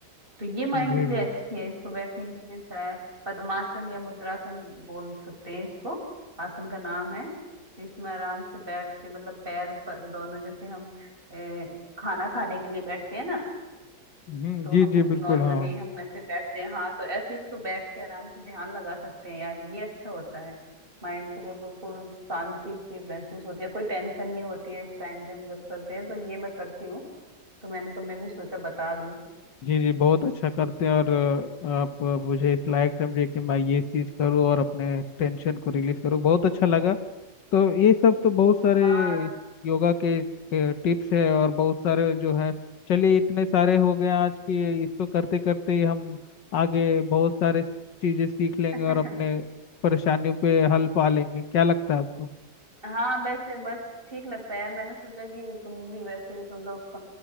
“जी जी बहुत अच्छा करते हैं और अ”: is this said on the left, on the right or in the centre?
Left